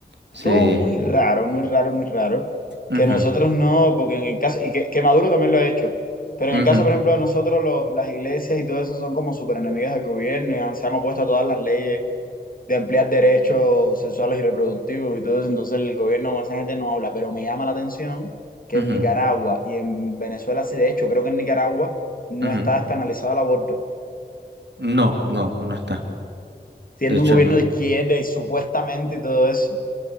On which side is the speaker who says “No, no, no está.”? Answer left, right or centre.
Right